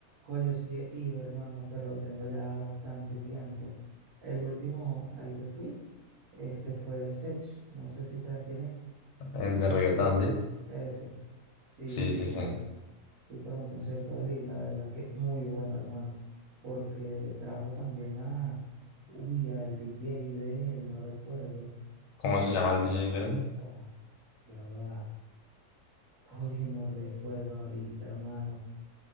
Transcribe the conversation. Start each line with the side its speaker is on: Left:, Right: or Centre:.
Right: Coño, sí he ido, hermano, pero tengo ya bastante tiempo. El último al que fui, este fue de Sech, no sé si sabes quién es.
Left: El de reggaetón, ¿sí?
Right: Ese. Sí,
Left: Sí,
Right: sí,
Left: sí,
Right: fui.
Left: sí.
Right: Fui para un concierto de él y la verdad que muy bueno, hermano, porque trajo también a, uy, al DJ de él, no recuerdo.
Left: ¿Cómo se llama el DJ de él?
Right: Oh, ya va. Oye, no recuerdo ahorita, hermano.